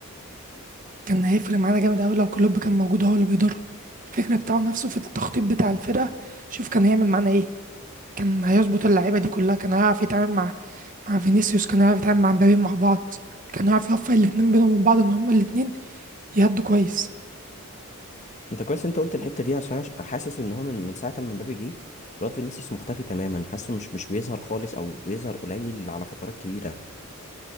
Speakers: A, on the right; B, on the left.
A: كان هيفرق معانا جامد أوي لو كلوب كان موجود هو اللي بيدرب الفكر بتاعه نفسه في التخطيط بتاع الفرقة شوف كان هيعمل معانا إيه كان هيظبط اللعيبه دي كلها كان هيعرف يتعامل مع مع فينيسيوس كان هيعرف يتعامل مع مبابي مع بعض كان هيعرف يوفق الاتنين بينهم وبين بعض ان هما الاتنين يهدوا كويس
B: انت كويس انت قلت الحته دي عشان أنا حاسس ان هو من من ساعه ما مبابي جه الواد فينيسيوس مختفي تماما حاسه مش مش بيظهر خالص او بيظهر قليل على فترات كبيره